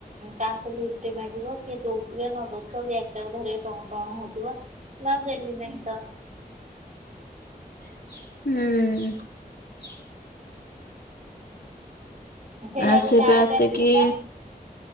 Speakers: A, on the right; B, on the left.
A: କାହାକୁ ଲିଫ୍ଟ ମାଗିବ କିଏ ଦଉଥିବେ ନ ଦଉଥିବ ବ୍ୟାଗ ଟାକୁ ଧରିକି ଟଣ ଟଣ ହଉଥିବ। ମୁଁ ଆଉ ଦେଲି ନାହିଁ ତ
B: ହୁଁ।
A: ହେ
B: ନା
A: ଆଉ
B: ସେ
A: ଯାରେ
B: ଏବେ ଆସିକିି
A: କାରେ ଥିଲା